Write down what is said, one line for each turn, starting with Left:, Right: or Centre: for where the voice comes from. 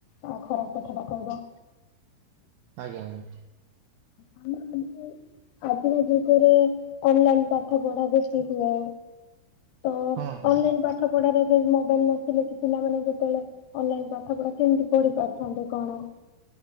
Left: ଆଉ ଖରାପ କଥା ଟା କହିବ।
Right: ଆଜ୍ଞା, ଆଜ୍ଞା।
Left: <inaudible> ଆଜିକା ଯୁଗରେ ଅନଲାଇନ୍ ପାଠ ପଢା ବେଶୀ ହୁଏ। ତ
Right: ହଁ ହଁ
Left: ଅନଲାଇନ୍ ପାଠ ପଢାରେ ଏବେ ମୋବାଇଲ୍ ନଥିଲେ କି ପିଲାମାନେ ଯେତେବେଳେ ଅନଲାଇନ୍ ପାଠ ପଢା କେମିତି ପଢି ପାରୁିଥାନ୍ତେ କଣ?